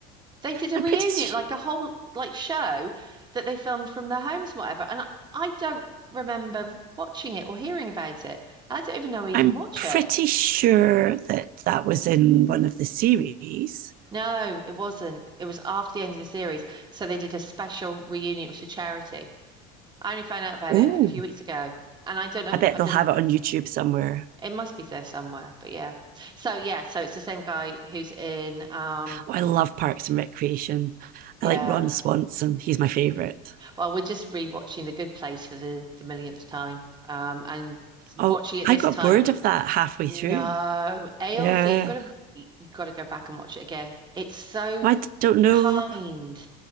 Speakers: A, on the right; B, on the right.
A: They did a
B: I'm
A: reunion,
B: pretty. Sh-
A: like a whole like show that they filmed from their homes and whatever. And I, I don't remember watching it or hearing about it. I don't even know where you
B: I'm
A: can watch
B: pretty
A: it.
B: sure that that was in one of the series.
A: No, it wasn't. It was after the end of the series. So they did a special reunion. It was for charity. I only found out about
B: Oh,
A: it a few weeks ago. And I don't know,
B: I bet
A: I
B: they'll
A: don't
B: have
A: know.
B: it on YouTube somewhere.
A: It must be there somewhere, but yeah. So yeah, so it's the same guy who's in um
B: Oh, I love Parks and Recreation.
A: yeah.
B: I like Ron Swanson. He's my favorite.
A: Well, we're just rewatching The Good Place for the, the millionth time. Um, and watching
B: Oh,
A: it
B: I
A: this
B: got
A: time.
B: bored of that halfway
A: No,
B: through.
A: Ailsa,
B: Yeah.
A: you've got to you've got to go back and watch it again. It's so
B: I d- don't know.
A: kind.